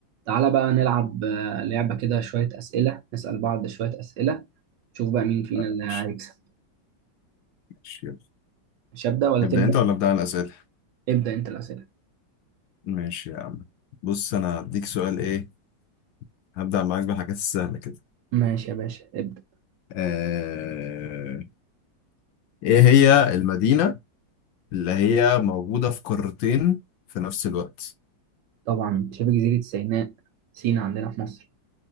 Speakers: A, on the right; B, on the left.
A: تعالى بقى نلعب آه، لعبة كده شوية أسئلة نسأل بعض شوية أسئلة نشوف بقى مين فينا اللي
B: ماشي
A: هيكسب
B: ماشي، يلا
A: مش هبدأ ولا
B: نبدأ
A: تبدأ؟
B: أنت ولا أبدأ أنا الأسئلة؟
A: ابدأ أنت الأسئلة
B: ماشي يا عم بص أنا هديك سؤال إيه هبدأ معاك بالحاجات السهلة كده
A: ماشي يا باشا ابدأ
B: آه... إيه هي المدينة اللي هي موجودة في قارتين في نفس الوقت؟
A: طبعا شبه جزيرة سيناء سينا عندنا في مصر